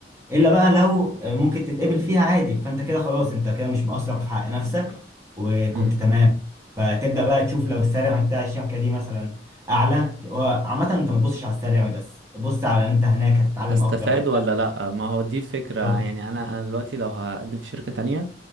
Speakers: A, on the right; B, on the right.
A: الا بقى لو ممكن تتقبل فيها عادي فانت كده خلاص انت كده مش مقصر في حق نفسك وكنت
B: امم
A: تمام فتبدا بقى تشوف لو السالري بتاع الشركه دي مثلا اعلى هو عامه انت ما تبصش على السالري بس بص على انت هناك هتتعلم
B: هستفاد
A: اكتر ولا
B: ولا
A: لا
B: لا ما هو دي الفكرة
A: طب
B: يعني انا انا دلوقتي لو هقدم في شركة تانية